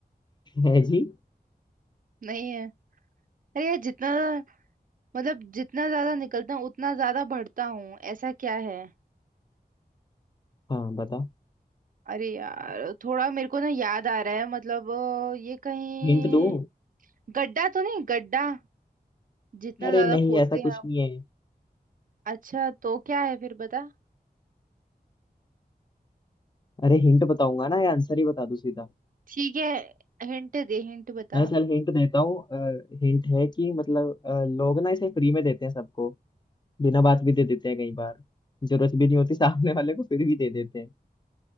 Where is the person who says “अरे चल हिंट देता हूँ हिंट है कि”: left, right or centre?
Left